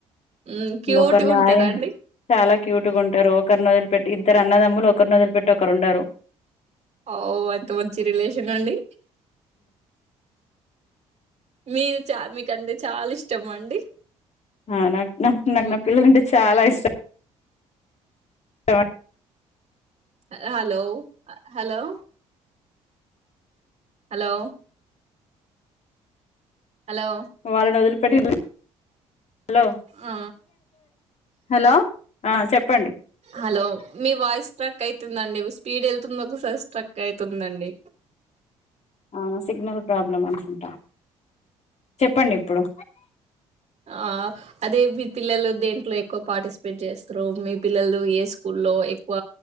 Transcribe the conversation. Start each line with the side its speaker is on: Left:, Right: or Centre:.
Right: ఉమ్ క్యూట్గా
Left: మొక నాయె
Right: ఉంటారా అండి
Left: చాలక్ క్యూట్గుంటరు ఒకరు నొదిలి పెట్టి ఇద్దరు అన్నదమ్ములు ఒకరు నొదిలి పెట్టి ఒకరు ఉండరు
Right: ఓ ఎంత మంచి రిలేషన్ అండి మీర్ చ మీకంటే చాల్ ఇష్టం మా అండి
Left: ఆ నాక్ నాక్ నాక్
Right: హ్మ్.
Left: నా పిల్లలంటే చాలా ఇష్ ఇస్ట్
Right: హ హలో హ హలో హలో హలో
Left: వాళ్ళని వదిలి పెట్టి హలో
Right: ఆ
Left: హలో ఆ చెప్పండి
Right: హలో మీ వాయిస్ స్ట్రక్ అయితుందండి స్పీడ్ ఎల్తూ ఒక సైస్ ట్రక్ అవుతుందండి
Left: అవునా సిగ్నల్ ప్రాబ్లమ్ అనుకుంట చెప్పండి ఇప్పుడు
Right: ఆ అదే మీ పిల్లలు దేంట్లో ఎక్కువ పార్టిస్పేట్ చెస్తరు మీ పిల్లలు ఏ స్కూల్ లో ఎక్వ